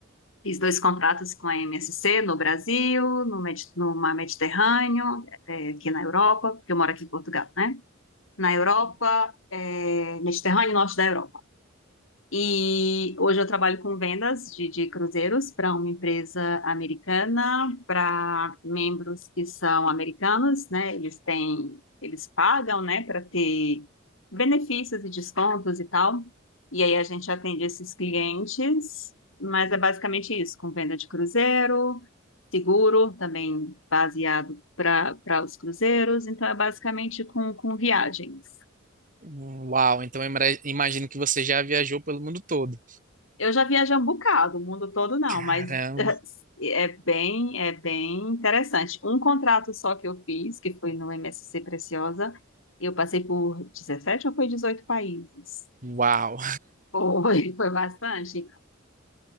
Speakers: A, on the left; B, on the right.
A: Fiz dois contratos com a MSC no Brasil, no, Medi no Mar Mediterrâneo, é, aqui na Europa, porque eu moro aqui em Portugal, né? Na Europa, é, Mediterrâneo e Norte da Europa. E hoje eu trabalho com vendas de, de cruzeiros para uma empresa americana, para membros que são americanos, né? Eles têm, eles pagam, né, para ter benefícios e descontos e tal. E aí a gente atende esses clientes, mas é basicamente isso, com venda de cruzeiro, seguro, também baseado para para os cruzeiros, então é basicamente com, com viagens.
B: Uau, então eu imra- imagino que você já viajou pelo mundo todo.
A: Eu já viajei um bocado, o mundo todo não,
B: Caramba,
A: mas <laughs> é bem, é bem interessante. Um contrato só que eu fiz, que foi no M S C Preciosa, eu passei por 17 ou foi 18 países?
B: uau.
A: Foi, <laughs> foi bastante.